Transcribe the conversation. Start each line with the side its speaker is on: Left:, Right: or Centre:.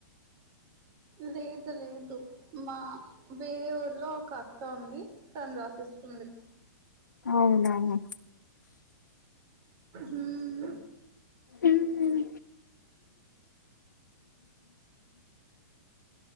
Right: లేదు లేదు మా వేరే ఊరిలో ఒక అక్క ఉంది తను రాశిస్తుంది
Left: అవునవును
Right: హ్మ్
Left: ఉమ్ ఉమ్